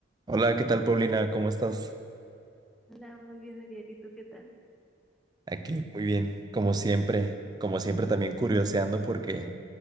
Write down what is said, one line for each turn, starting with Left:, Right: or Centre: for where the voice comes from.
Right: Hola, ¿qué tal, Paulina? ¿Cómo estás?
Centre: Hola, muy bien, Ariel. ¿Y tú qué tal?
Right: Aquí, muy bien, como siempre, como siempre también curioseando porque